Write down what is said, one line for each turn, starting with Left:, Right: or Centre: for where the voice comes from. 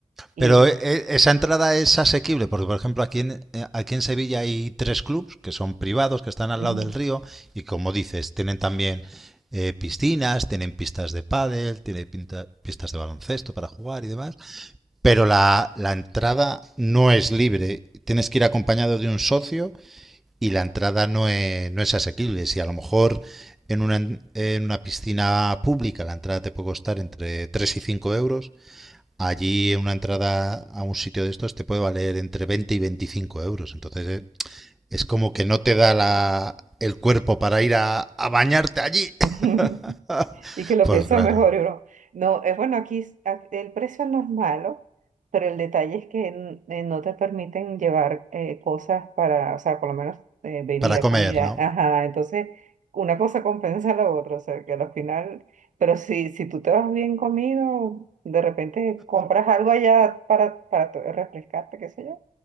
Right: Y,
Centre: Pero eh, eh, esa entrada es asequible, porque por ejemplo aquí en, eh, aquí en Sevilla hay tres clubs que son privados, que están al
Right: ujú.
Centre: lado del río y como dices, tienen también eh, piscinas, tienen pistas de pádel, tienen pinta- pistas de baloncesto para jugar y demás. Pero la, la entrada no es libre, tienes que ir acompañado de un socio y la entrada no es, no es asequible. Si a lo mejor en una, en una piscina pública la entrada te puede costar entre 3 y 5 euros, Allí una entrada a un sitio de estos te puede valer entre 20 y 25 euros. Entonces eh, es como que no te da la, el cuerpo para ir a, a bañarte allí.
Right: <laughs>
Centre: <laughs>
Right: Y que lo
Centre: pues
Right: piensa
Centre: claro,
Right: <laughs> mejor, y uno, No, es bueno, aquí s- a- el precio no es malo, pero el detalle es que n- eh, no te permiten llevar eh, cosas para, o sea, por lo menos eh, bebida,
Centre: para comer,
Right: comida,
Centre: ¿no?
Right: ajá, entonces una cosa compensa a la otra, o sea, que al final, pero si, si tú te vas bien comido, de repente compras algo allá para, para to- refrescarte, qué sé yo,